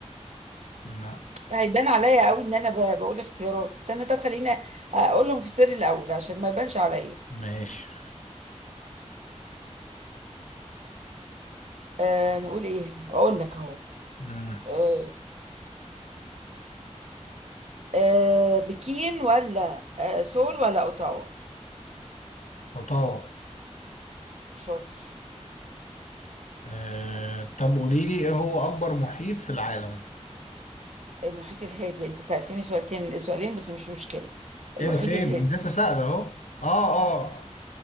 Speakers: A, on the left; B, on the right.
A: لا
B: هيبان عليا قوي ان انا ب- بقول اختيارات استنى طب خلينا اقولهم في السر الاول عشان ما يبانش عليا
A: ماشي
B: آه نقول ايه اقول لك اهو
A: مم.
B: آه آه بكين ولا آه سول ولا اوتاوا
A: اوتاوا
B: شاطر
A: آه، طب قولي لي ايه هو اكبر محيط في العالم؟
B: المحيط الهادي انت سألتني سؤالتين سؤالين بس مش مشكلة
A: ايه
B: المحيط
A: ده فين؟
B: الهادي
A: انت لسه سائل اهو اه اه